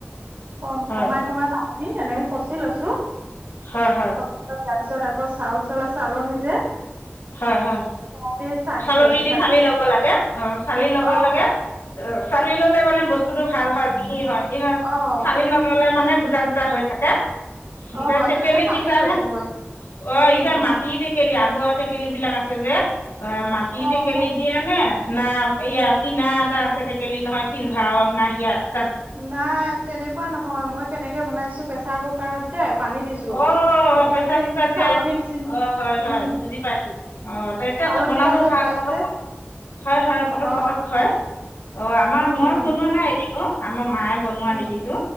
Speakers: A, on the right (about 50°); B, on the left (about 75°).
A: কম
B: হয়
A: কমাই কমাই পাল দি এনেকে কচি লৈছো
B: হয়- হয়।
A: খচি লৈ তাৰ পিছত আকৌ চাউল চলা চালনি যে
B: হয়- হয়।
A: সেয়া দি চাকি
B: চালনি
A: লৈছো
B: দি
A: চাকি
B: চালি ল'ব লাগে। অঁ চালি ল'ব
A: অ',
B: লাগে অ চালি ললে মানে বস্তুটো ভাল হয় মিহি হয়।
A: অ',
B: চালি নললে মানে গোটা গোটা হৈ থাকে। এতিয়া
A: অ',
B: টেকেলিত
A: তেনেকে চালি
B: দিছাহে
A: লৈছো মই
B: অ
A: উম,
B: এতিয়া মাটি টেকেলি আগ ব টেকেলী বিলাক আছে যে অ মাটি
A: অ',
B: টেকেলিত
A: মই
B: দিয়া নে না এইয়া কিনা এটা আছে টেকেলি নহয় চিলভাৰ না সিয়াৰ।
A: নাই তেনেকুৱা নহয় মই কেনেকে বনাইছো প্ৰেচাৰ কুকাৰত যে পানী দিছো
B: অ
A: এতিয়া
B: প্ৰেচাৰ কুকাৰ
A: চালনী
B: যে
A: নিচিনা
B: অ হয়
A: উম
B: হয় বুজি পাইছো অ ত এতিয়াটো
A: চালনী
B: বনাব
A: এটা যে
B: ভাল
A: ওলাইছে
B: পতক। হয় হয় পটক
A: অ
B: পটক হয় অ আমাৰ
A: উম
B: মই
A: উম
B: বনোৱা নাই এদিনো আমাৰ মায়ে বনোৱা
A: উম
B: দেখিছো